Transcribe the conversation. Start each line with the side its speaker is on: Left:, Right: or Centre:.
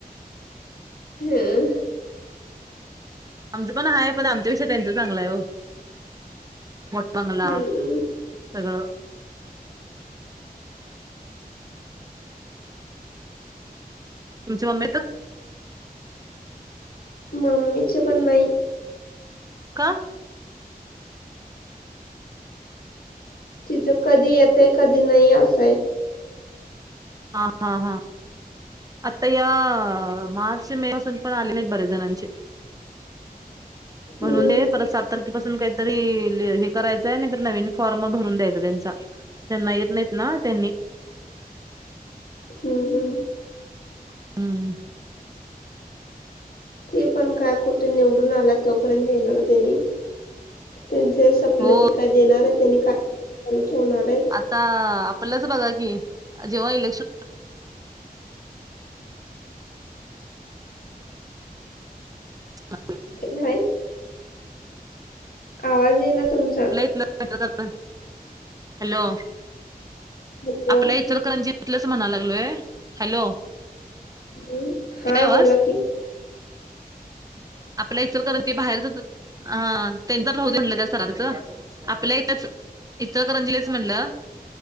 Left: <unintelligible>
Right: आमचं पण हाय पण आमच्याविषय त्यांचं चांगलं आहे वो. मोट बंगला,
Left: हम्म
Right: सगळं. तुमची मम्मीेत.
Left: मम्मीचे पण नाइ.
Right: का?
Left: तिचं कधी येतय कधी नाही असंय.
Right: हा, हा, हा. आता या मार्च मे पासून पण आले नाहीत बरेच जणांचे. म्हणून
Left: हम्म
Right: दे परत सात तारखेपासन काहीतरी हे करायचंय नाही नवीन फॉर्म भरून द्यायच त्यांचा, त्यांना येत नाहीत तेनी.
Left: हम्म, हम्म.
Right: हम्म.
Left: ते पण काय कुठं निवडून आला तोपर्यंत येणार त्यांनी. त्यांचे सपल
Right: हो
Left: की काय देणार आहेत त्यांनी काय चालू ठेवणार आहेत.
Right: आता आपलंच बघा की जेव्हा इलेक्शन <unintelligible>
Left: <unintelligible> आवाज येइ ना. तुमचा
Right: <unintelligible> हॅलो.
Left: हॅलो
Right: आपल्या इचरकरंजीतलं म्हणायला लागलोय. हॅलो.
Left: हम्, हा
Right: येतोय आवाज
Left: बोला कि?
Right: आपल्या इचलकरंजी बाहेर <unintelligible> आ त्यांच राहू दे म्हणलं त्या सरारचं, आपल्या इथच, इचलकरंजीलाच म्हणलं.